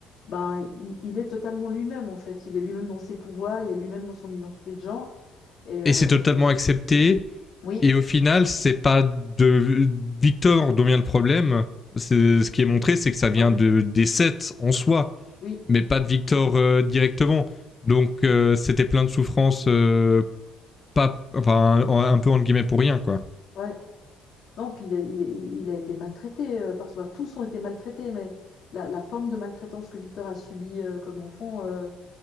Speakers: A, on the left (about 60°); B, on the left (about 25°).
A: ben, il, il est totalement lui-même, en fait. Il est lui-même dans ses pouvoirs, il est lui-même dans son identité de genre. Et euh,
B: et c'est totalement
A: c'est-
B: accepté.
A: Oui,
B: Et au final, c'est pas de Victor dont vient le problème. C'est, ce qui est montré, c'est que ça vient
A: ouais,
B: de, des sets en soi,
A: oui,
B: mais pas de Victor euh, directement. Donc euh, c'était plein de souffrances, euh, pas, enfin, un, un peu entre guillemets pour rien, quoi.
A: ouais. Non, puis il a, il- il a été maltraité euh, par soi. Tous ont été maltraités, mais la, la forme de maltraitance que Victor a subie euh, comme enfant, euh,